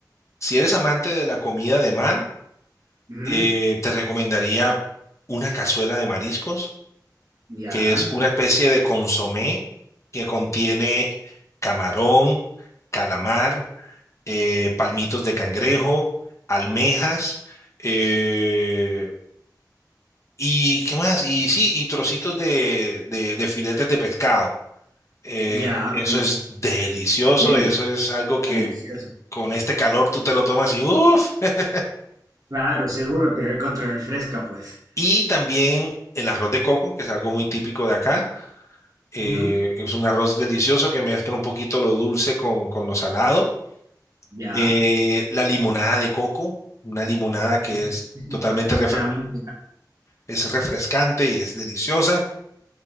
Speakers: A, on the left; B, on the right.
A: si eres amante de la comida de mar,
B: Ujú,
A: eh, te recomendaría una cazuela de mariscos,
B: Ya,
A: que es una especie de consomé que contiene camarón, calamar, eh, palmitos de cangrejo, almejas, eh, y qué más, y sí, y trocitos de, de de filetes de pescado. Eh,
B: ya,
A: eso
B: ok.
A: es delicioso,
B: Deli.
A: eso es algo
B: Está
A: que
B: delicioso.
A: con este calor tú te lo tomas y uff. <laughs>
B: Claro, seguro te recontra refresca, pues.
A: Y también el arroz de coco, que es algo muy típico de acá. Eh,
B: Ujú.
A: es un arroz delicioso que mezcla un poquito lo dulce con, con lo salado.
B: Ya.
A: Eh, la limonada de coco, una limonada que
B: Es-
A: es
B: es-
A: totalmente
B: me
A: refre-
B: da mucho-
A: es refrescante y es deliciosa.